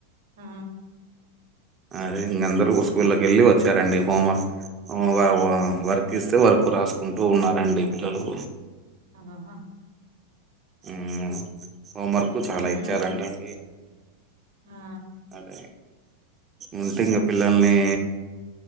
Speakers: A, on the right (about 60°); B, on the right (about 25°).
A: ఆ
B: అదే ఇంక అందరు స్కూల్ళక్ ఎళ్ళి వచ్చారండి హోంవ వ వ వర్క్ ఇస్తే వర్క్ రాస్కుంటూ ఉన్నారండి పిల్లలు
A: ఆ హ హ
B: ఊ హోంవర్కు
A: ఇంకేందండి
B: చాలా ఇచ్చార్ అంట అండి
A: ఆ
B: అదే ఉంటే ఇంగ పిల్లల్ని